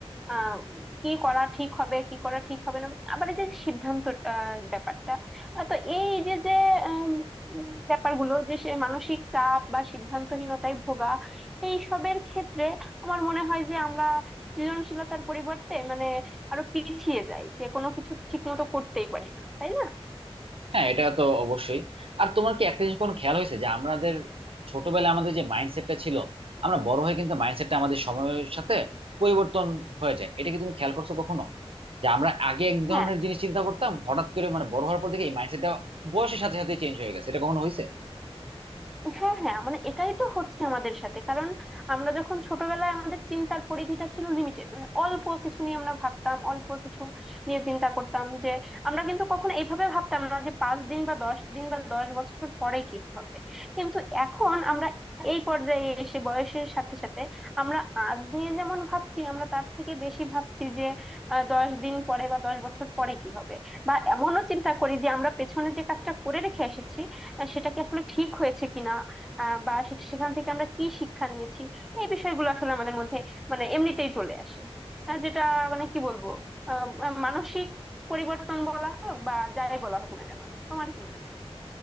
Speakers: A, in the centre; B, on the right (about 60°).
A: আহ, কি করা ঠিক হবে কি করা ঠিক হবে না আবার এই যে সিদ্ধান্ত আহ, ব্যাপারটা আহ, তো এই যে যে উম, উম, ব্যাপারগুলো যে সে মানসিক চাপ বা সিদ্ধান্তহীনতায় ভোগা এই সবের ক্ষেত্রে আমার মনে হয় যে আমরা সৃজনশীলতার পরিবর্তে মানে আরো পিছিয়ে যাই যে কোনো কিছু ঠিক মতো করতেই পারি না তাই না
B: হ্যাঁ এটা তো অবশ্যই আর তোমার কি একটা জিনিস কোনো খেয়াল হয়েছে যে আমাদের ছোটবেলায় আমাদের যে মাইন্ডসেটটা ছিল আমরা বড় হয়ে কিন্তু মাইন্ডসেটটা আমাদের সময়ের সাথে পরিবর্তন হয়ে যায় এটা কি তুমি খেয়াল করছো কখনো যে আমরা আগে এক ধরনের
A: হ্যাঁ
B: জিনিস চিন্তা করতাম হঠাৎ করে মানে বড় হওয়ার পর থেকে এই মাইন্ডসেটটা বয়সের সাথে সাথে চেঞ্জ হয়ে গেছে এটা কখনো হয়েছে
A: হ্যাঁ হ্যাঁ মানে এটাই তো হচ্ছে আমাদের সাথে কারণ আমরা যখন ছোটবেলায় আমাদের চিন্তার পরিধিটা ছিল লিমিটেড মানে অল্প কিছু নিয়ে আমরা ভাবতাম অল্প কিছু নিয়ে চিন্তা করতাম যে আমরা কিন্তু কখনো এইভাবে ভাবতাম না যে পাঁচ দিন বা দশ দিন বা দশ বছর পরে কি হবে কিন্তু এখন আমরা এই পর্যায়ে এসে বয়সের সাথে সাথে আমরা আজ নিয়ে যেমন ভাবছি আমরা তার থেকে বেশি ভাবছি যে আহ, দশ দিন পরে বা দশ বছর পরে কি হবে বা এমনও চিন্তা করি যে আমরা পেছনে যে কাজটা করে রেখে এসেছি আহ সেটা কি আসলে ঠিক হয়েছে কিনা আহ বা সে- সেখান থেকে আমরা কি শিক্ষা নিয়েছি এই বিষয়গুলো আসলে আমাদের মধ্যে মানে এমনিতেই চলে আসে আহ যেটা মানে কি বলবো আহ মানসিক পরিবর্তন বলা হোক বা যাই বলা হোক না কেন তোমার কি মনে হয়